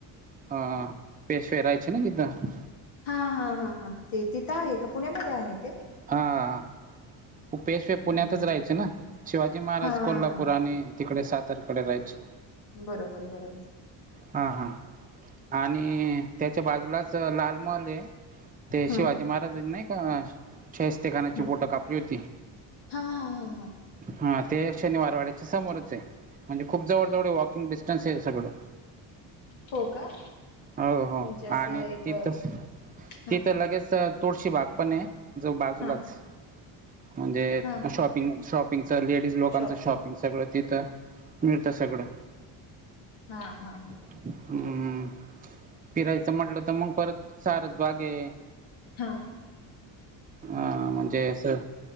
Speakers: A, on the right; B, on the left.
A: हा पेशवे राहायचे ना तिथं
B: हा हा हा हा ते तिथं आहे का पुण्यामध्ये आहे ते?
A: हा हा हा वो पेशव पुण्यातच
B: हा हा
A: राहायचे ना शिवाजी महाराज
B: हा
A: कोल्हापूर आणि तिकडे सातारकडे रहायची.
B: बरोबर बरोबर.
A: हा हा आणि त्याच्या बाजूलाच लाल महल आहे. ते
B: हम्म
A: शिवाजी महाराजांनी नाही का, शाहिस्तेखानाची
B: हम्म
A: बोटं कापलीत.
B: हा हा. हा हा
A: हा ते शनिवारवाड्याच्या समोरच आहे. म्हणजे खूप जवळ जवळ वॉकिंग डिस् टन्स आहे सगळं.
B: हो का
A: हो हो
B: म्हणजे असं
A: आणि
B: एक
A: तिथच
B: हा
A: तिथं लगेच तुळशीबाग पण आहे, जो बाजूलाच
B: हा
A: म्हणजे
B: हा हा
A: शॉपिंग, शॉपिंगच लेडीज लोकांच
B: शॉप
A: शॉपिंगचं सगळं तिथं, मिळतं सगळं.
B: हा हा हा.
A: हम्म, फिरायचं म्हटलं तरं मग, परतं सारसबाग आहे.
B: हो.
A: हा, म्हणजे असं